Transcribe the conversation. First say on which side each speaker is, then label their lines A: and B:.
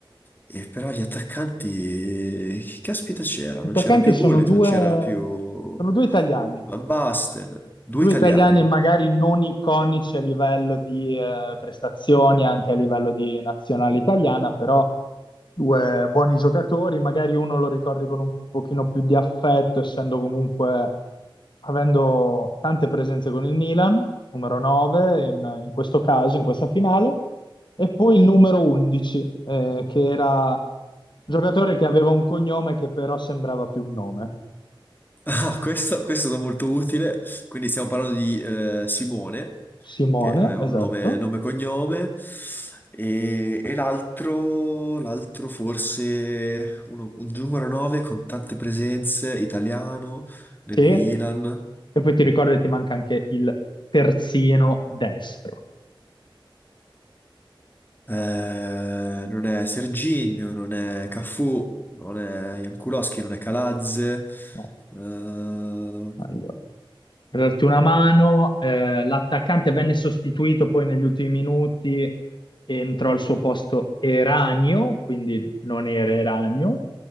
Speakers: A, on the left; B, on the left.
A: E però gli attaccanti... Chi caspita c'era?
B: Attaccanti
A: Non c'era più
B: sono
A: Gullit,
B: due,
A: non c'era più
B: sono due italiani,
A: Van Basten. Due
B: Due
A: italiani.
B: italiani magari non iconici a livello di eh, prestazioni, anche a livello di nazionale italiana, però due buoni giocatori, magari uno lo ricordi con un pochino più di affetto, essendo comunque, avendo tante presenze con il Milan, numero 9 in, in questo caso, in questa finale, e poi il numero 11, eh, che era un giocatore che aveva un cognome che però sembrava più un nome,
A: Ah, questo, questo è stato molto utile. Quindi stiamo parlando di eh, Simone,
B: Simone,
A: che aveva
B: esatto
A: un nome, nome e cognome, e, e l'altro, l'altro forse uno- un numero 9 con tante presenze, italiano, nel
B: Sì.
A: Milan.
B: E poi ti ricordo che ti manca anche il terzino destro.
A: Eh, non è Serginho, non è Cafu, non è Jankulowski, non è Calazze.
B: No,
A: eh,
B: allora. per darti una mano, eh, l'attaccante venne sostituito poi negli ultimi minuti e entrò al suo posto Eranio, quindi non era Eranio,